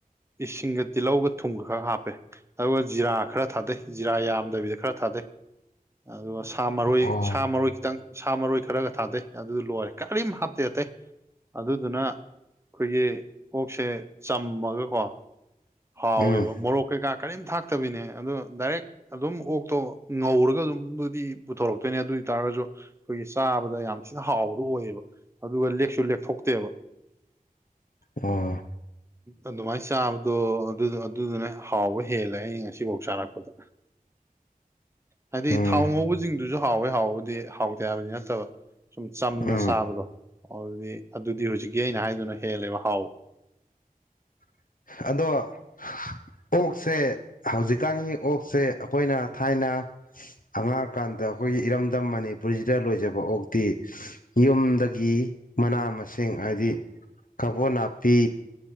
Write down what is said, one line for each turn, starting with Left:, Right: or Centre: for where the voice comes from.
Right: ꯏꯁꯤꯡꯒ ꯇꯤꯜꯍꯧꯒ ꯊꯨꯝꯒ ꯈꯔ ꯍꯥꯞꯄꯦ ꯑꯗꯨꯒ ꯖꯤꯔꯥ ꯈꯔ ꯊꯥꯗꯩ ꯖꯤꯔꯥ ꯌꯥꯝꯗꯕꯤꯗ ꯈꯔ ꯊꯥꯗꯩ ꯑꯗꯨꯒ ꯁꯥ ꯃꯔꯣꯏ
Left: ꯑꯣ
Right: ꯁꯥ ꯃꯔꯣꯏ ꯈꯤꯇꯪ ꯁꯥ ꯃꯔꯣꯏ ꯈꯔꯒ ꯊꯥꯗꯩ ꯑꯗꯨ ꯂꯣꯏꯔꯦ ꯀꯔꯤꯝ ꯍꯥꯞꯇꯦ ꯑꯇꯩ ꯑꯗꯨꯗꯨꯅ ꯈꯣꯏꯒꯤ ꯑꯣꯛꯁꯦ ꯆꯝꯃꯒꯀꯣ ꯍꯥꯎꯋꯦꯕ
Left: ꯎꯝ
Right: ꯃꯣꯔꯣꯛ ꯀꯩꯀꯥ ꯀꯔꯤꯝ ꯊꯥꯛꯇꯕꯤꯅꯦ ꯑꯗꯣ ꯗꯥꯏꯔꯦꯛ ꯑꯗꯨꯝ ꯑꯣꯛꯇꯣ ꯉꯧꯔꯒ ꯑꯗꯨꯝꯕꯨꯗꯤ ꯄꯨꯊꯣꯔꯛꯇꯣꯏꯅꯦ ꯑꯗꯨ ꯇꯥꯔꯒꯁꯨ ꯑꯩꯈꯣꯏꯒꯤ ꯆꯥꯕꯗ ꯌꯥꯝ ꯊꯤꯅ ꯍꯥꯎꯕꯗꯣ ꯑꯣꯏꯌꯦꯕ ꯑꯗꯨꯒ ꯂꯦꯛꯁꯨ ꯂꯦꯛꯊꯣꯛꯇꯦꯕ
Left: ꯑꯣ
Right: ꯑꯗꯨꯃꯥꯏꯟ ꯆꯥꯕ ꯑꯗꯣ ꯑꯗꯨꯗꯣ ꯑꯗꯨꯗꯨꯅ ꯍꯥꯎꯕ ꯍꯦꯜꯂꯦ ꯑꯩ ꯉꯁꯤꯐꯧ ꯆꯥꯔꯛꯄꯗ ꯍꯥꯏꯗꯤ
Left: ꯎꯝ
Right: ꯊꯥꯎ ꯉꯧꯕꯖꯤꯡꯗꯨꯁꯨ ꯍꯥꯎꯋꯦ ꯍꯥꯎꯕꯗꯤ ꯍꯥꯎꯇꯦ ꯍꯥꯏꯕꯗꯤ ꯅꯠꯇꯕ ꯁꯨꯝ ꯆꯝꯅ
Left: ꯎꯝ
Right: ꯆꯥꯕꯗꯣ ꯑꯗꯨꯗꯤ ꯑꯗꯨꯗꯤ ꯍꯧꯖꯤꯛꯀꯤ ꯑꯩꯅ ꯍꯥꯏꯗꯨꯅ ꯍꯦꯜꯂꯦꯕ ꯍꯥꯎ
Left: <inaudible> ꯑꯗꯣ ꯑꯣꯛꯁꯦ ꯍꯧꯖꯤꯛꯀꯥꯟꯒꯤ ꯑꯣꯛꯁꯦ ꯑꯩꯈꯣꯏꯅ ꯊꯥꯏꯅ ꯑꯉꯥꯡꯑꯣꯏꯔꯤꯀꯥꯟꯗ ꯑꯩꯈꯣꯏ ꯏ ꯏꯔꯝꯗꯝ ꯃꯅꯤꯄꯨꯔꯁꯤꯗ ꯂꯣꯏꯖꯕ ꯑꯣꯛꯇꯤ ꯌꯨꯝꯗꯒꯤ ꯃꯅꯥ ꯃꯁꯤꯡ ꯍꯥꯏꯗꯤ ꯀꯕꯣ ꯅꯥꯄꯤ